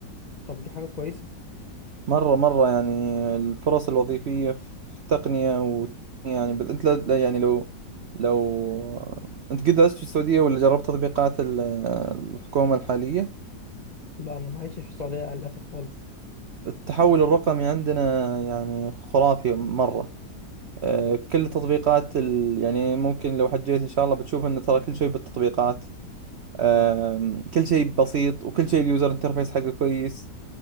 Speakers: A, on the left; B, on the right.
A: طب دي حاجة كويسة
B: مرة مرة يعني الفرص الوظيفية في التقنية و يعني بذ- أنت لا- لا- يعني لو لو أنت قد درست في السعودية ولا جربت تطبيقات ال- الحكومة الحالية
A: لا انا ما عشتش في السعوديه للاسف خالص
B: التحول الرقمي عندنا يعني خرافي مرة آه، كل تطبيقات ال... يعني ممكن لو حجيت إن شاء الله بتشوف إن ترى كل شيء بالتطبيقات آم، كل شيء بسيط وكل شيء اليوزر انترفيس حقه كويس